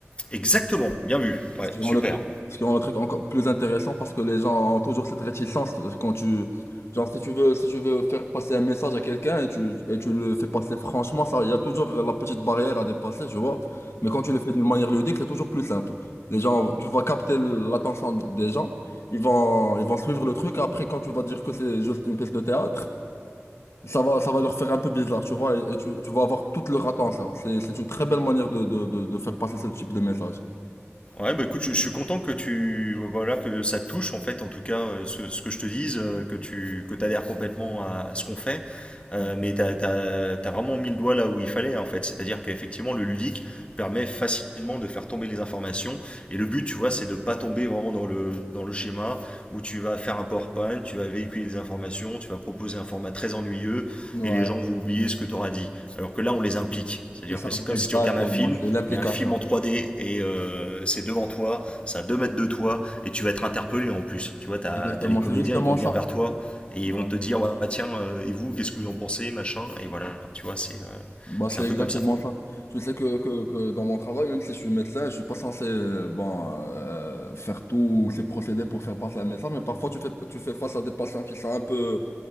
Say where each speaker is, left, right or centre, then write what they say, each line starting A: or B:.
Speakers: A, on the left; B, on the left.
A: Exactement, bien vu. Ouais,
B: Ce qui
A: super.
B: rend le truc, ce qui rend le truc encore plus intéressant parce que les gens ont toujours cette réticence quand tu, genre si tu veux, si tu veux faire passer un message à quelqu'un et tu, et tu le fais passer franchement, ça, il y a toujours la petite barrière à dépasser, tu vois. Mais quand tu le fais d'une manière ludique, c'est toujours plus simple. Les gens, tu vas capter l'attention des gens, ils vont, ils vont suivre le truc. Après, quand tu vas dire que c'est juste une pièce de théâtre, ça va, ça va leur faire un peu bizarre, tu vois. Et, et tu, tu vas avoir toute leur attention. C'est, c'est une très belle manière de, de, de, de faire passer ce type de message.
A: Ouais, bah écoute, je, je suis content que tu voilà que ça te touche en fait, en tout cas euh, ce, ce que je te dise, euh, que tu que t'adhères complètement à, à ce qu'on fait, Euh,
B: Mm.
A: mais t'as, t'as, t'as vraiment mis le doigt là où il fallait en fait, c'est-à-dire qu'effectivement le ludique permet facilement de faire tomber les informations et le but, tu vois, c'est de pas tomber vraiment dans le dans le schéma où tu vas faire un PowerPoint, tu vas véhiculer des informations, tu vas proposer un format très ennuyeux
B: Ouais.
A: et les gens vont oublier ce que tu auras dit. Alors que là, on les implique, c'est-à-dire
B: Et ça-
A: que c'est comme
B: Exactement,
A: si tu regardes un film
B: c'est l'implication.
A: mais un film en trois d et euh, c'est devant toi, ça à 2 mètres de toi et tu vas être interpellé en plus. Tu vois, t'as
B: Exactement,
A: as les comédiens,
B: c'est justement
A: ils vont venir
B: ça.
A: vers toi et ils
B: Ouais.
A: vont te dire ah, tiens, euh, et vous, qu'est-ce que vous en pensez, machin, et voilà, tu vois, c'est euh,
B: Bah,
A: c'est
B: c'est
A: un peu
B: exactement
A: comme ça.
B: ça. Je sais que, que, que dans mon travail, même si je suis médecin, je suis pas censé euh, bon, euh, faire tous ces procédés pour faire passer un message, mais parfois tu fais, tu fais face à des patients qui sont un peu